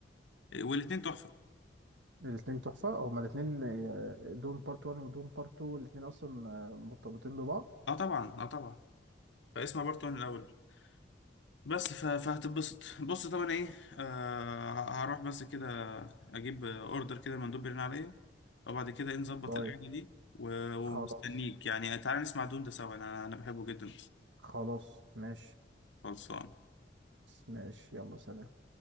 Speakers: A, on the left; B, on the right.
A: والاتنين تحفة
B: الاثنين تحفة هما الاثنين آه، دون بارت 1 ودون بارت 2 الاثنين اصلا آه، مرتبطين ببعض
A: اه طبعا اه طبعا فاسمع بارت 1 الأول بس ف- فهتتبسط بص طبعا ايه آه ه- هروح بس كده اجيب اوردر كده مندوب بيرن عليا فبعد كده ايه نظبط
B: طيب
A: القعدة دي و- ومستنيك
B: خلاص
A: يعني تعالى نسمع دون ده سوا انا انا بحبه جدا
B: خلاص ماشي
A: خلصان
B: ماشي يلا سلام